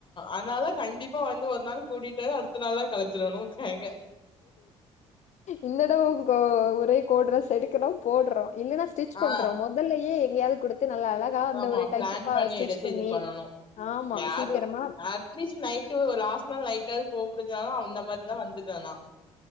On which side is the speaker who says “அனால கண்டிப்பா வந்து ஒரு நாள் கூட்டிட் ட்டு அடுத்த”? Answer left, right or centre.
Left